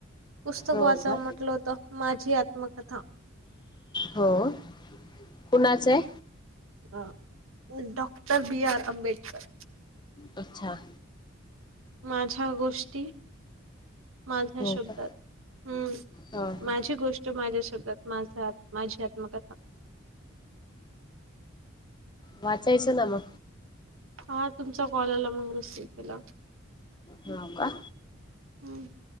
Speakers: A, on the right (about 85°); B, on the left (about 20°).
A: पुस्तक
B: हो
A: वाचाव
B: का
A: म्हटलं होत माझी आत्मकथा.
B: हो कुणाचं आहे?
A: ह डॉक्टर बी आर आंबेडकर.
B: अच्छा.
A: माझ्या गोष्टी. माझ्या
B: हो
A: शब्दात
B: का?
A: हम्म
B: हा हा.
A: माझी गोष्ट तो माझ्या शब्दात माझा माझी आत्मकथा
B: वाचायचं ना मग
A: हा तुमचा कॉल आला मग रिसीव्ह केला
B: हो का
A: हम्